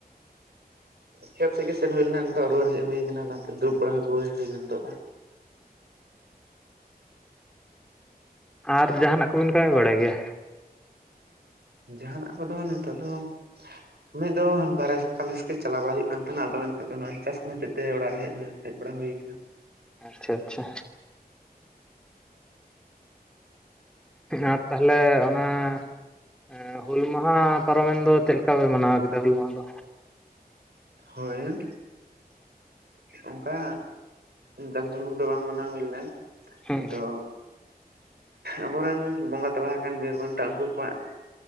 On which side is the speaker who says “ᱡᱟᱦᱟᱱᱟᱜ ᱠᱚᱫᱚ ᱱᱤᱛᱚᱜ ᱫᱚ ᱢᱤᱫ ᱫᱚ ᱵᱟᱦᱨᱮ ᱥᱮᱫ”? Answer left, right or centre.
Right